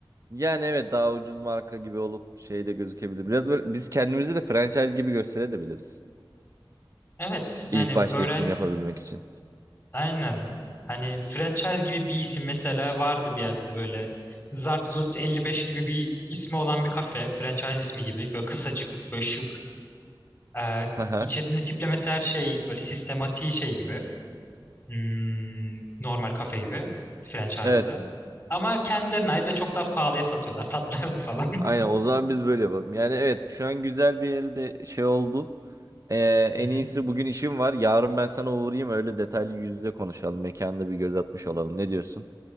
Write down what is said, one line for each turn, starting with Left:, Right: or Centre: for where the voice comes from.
Right: Yani evet daha ucuz marka gibi olup şey de gözükebilir. Biraz böyle biz kendimizi de franchise gibi gösterebiliriz.
Left: Evet yani
Right: İlk başta
Left: öğren
Right: isim yapabilmek için.
Left: aynen hani franchise gibi bir isim mesela vardı bir yerde böyle Zart Zurt 55 gibi bir ismi olan bir kafe franchise ismi gibi böyle kısacık böyle şık ee,
Right: Haha.
Left: içerinin tiplemesi her şey böyle sistematiği şey gibi hmm, normal kafe gibi franchise'da
Right: Evet.
Left: ama kendilerine ait ve çok daha pahalıya satıyorlar tatlarını falan.
Right: Aynen o zaman biz böyle yapalım. Yani evet şu an güzel bir yere de şey oldu. Ee, en
Left: <laughs> Hı hı.
Right: iyisi bugün işim var. Yarın ben sana uğrayayım öyle detaylı yüz yüze konuşalım. Mekanda bir göz atmış olalım. Ne diyorsun?